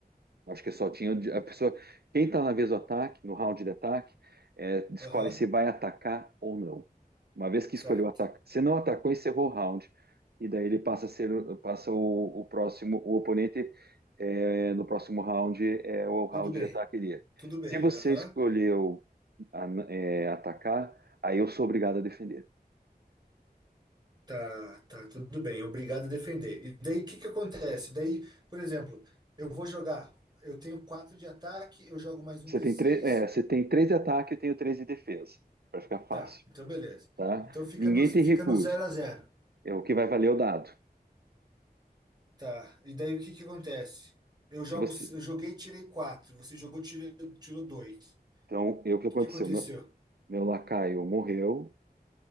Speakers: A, on the right; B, on the right.
A: Acho que só tinha o a pessoa. Quem está na vez do ataque, no round de ataque, é, escolhe
B: Aham.
A: se vai atacar ou não. Uma vez que
B: Certo.
A: escolheu atacar, se não atacou, encerrou o round. E daí ele passa a ser, passa o, o próximo, o oponente é, no próximo round é o round
B: Tudo bem.
A: de ataque dele.
B: Tudo bem.
A: Se você
B: Aham.
A: escolheu a- é, atacar, aí eu sou obrigado a defender.
B: Tá, tá, tudo bem. Obrigado a defender. E daí, o que que acontece? Daí, por exemplo, eu vou jogar. Eu tenho 4 de ataque, eu jogo mais um
A: Você
B: d
A: tem
B: seis
A: três, é, você tem três de ataque, eu tenho três de defesa, para ficar fácil,
B: Tá, então beleza.
A: tá?
B: Então fica
A: Ninguém
B: no,
A: tem
B: fica
A: recursos.
B: no zero a zero
A: É o que vai valer é o dado.
B: Tá, e daí o que que acontece? Eu
A: Se
B: jogo,
A: você,
B: eu joguei, tirei quatro Você jogou, tirei, tirou dois O
A: então, eu o que
B: que
A: aconteceu?
B: que aconteceu?
A: Meu, meu lacaio morreu,